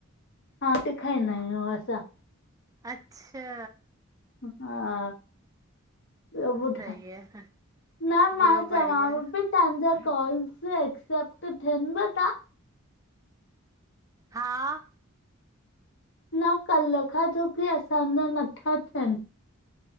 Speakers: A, on the left; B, on the right.
A: हा त, खाई ना अऊं असां।
B: अच्छा।
A: हा। ॿियो
B: सही
A: ॿुधाए?
B: आहे
A: न मां
B: ॿियो बढ़िया
A: चवांव ती तव्हांजा कॉल्स एक्सेप्ट थियनिव ता?
B: हा।
A: न कल्ह खां छोकी, असांञा नथा थियनि।